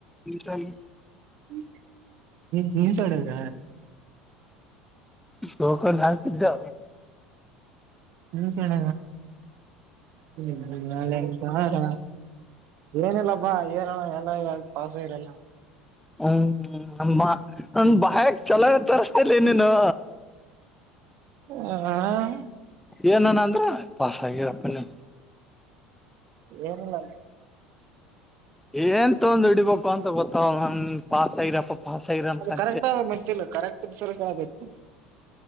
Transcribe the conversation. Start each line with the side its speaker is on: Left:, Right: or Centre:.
Centre: ನೀಟಾಗಿ
Right: ನೀ ಬನ್ಸ್ಡೆಗ
Centre: ಲೋಕಲ್ ಹಾಕಿದ್ದೆ
Right: ಚಣ ಹ್ಮ್ ನಳೆದ ಆರ ಏನಿಲ್ಲಬ್ಬಾ ಏನ ಎಲ್ಲ ವಾಸ ಇರಲ್ಲ
Centre: ಹ್ಮ್ ಹ್ಮ ನ ಬಹಕ್ ಚಲಾವತ್ತ ರಸ್ತತೆೆಯಲ್ಲಿನನು
Right: ಹ
Centre: ಏನಣ ಅಂದ್ರ ಪಾಸ್ ಆಗಿರಪ್ಪ ನೀ
Right: ಏನಿಲ್ಲ
Centre: ಏನ್ ತೊಂದು ಇಡಿ ಪಾಪಾ ಅಂತ ಗೊತ್ತ ನನ್ ಪಾಸ್ ಆಯರಪ್ಪ ಪಾಸ್ ಆಐರನ್
Right: ಅದು
Centre: ಕ
Right: ಕರೆಕ್ಟ್ ಆದ ಮತ್ತಿಲ್ಲ ಕರೆಕ್ಟ್ ಸಲ ಕೇಳಬೇಕು